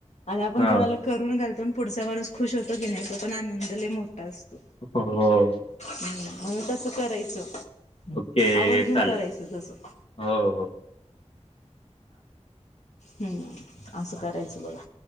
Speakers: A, on the left (about 75°); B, on the left (about 55°).
A: आणि आपण
B: हा
A: कोणाला करून घालतो पुढचा व खुश होतो घेण्याचा पण आनंदला मोठा असतो.
B: हो
A: हम्म म्हणून तस करायचं
B: ओके
A: आवर्जून
B: चालेल
A: करायचं तसं
B: हो हो.
A: हम्म
B: चालेल
A: असं करायचं बघा.